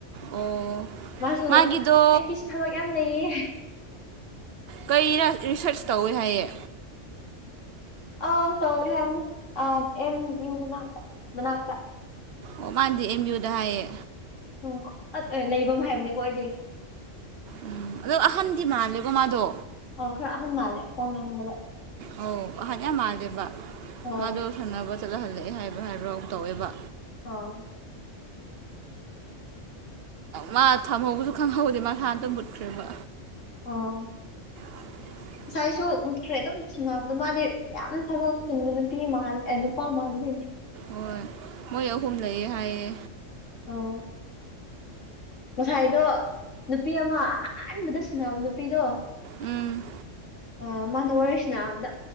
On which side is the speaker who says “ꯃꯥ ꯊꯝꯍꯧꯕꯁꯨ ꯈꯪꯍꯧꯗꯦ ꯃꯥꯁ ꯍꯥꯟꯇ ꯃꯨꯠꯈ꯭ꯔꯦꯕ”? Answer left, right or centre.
Right